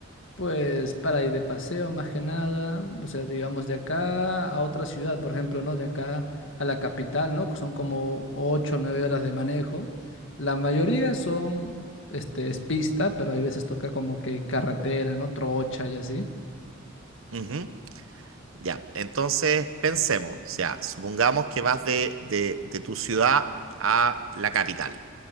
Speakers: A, on the left (about 65°); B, on the right (about 85°).
A: Pues para ir de paseo más que nada, o sea, digamos de acá a otra ciudad, por ejemplo, ¿no? De acá a la capital, ¿no? Que Son como 8, o 9 horas de manejo. La mayoría son, este, es pista, pero hay veces toca como que carretera, ¿no? Trocha y así.
B: Ujú. Ya, entonces pensemos, o sea, supongamos que vas de, de- de tu ciudad a la capital,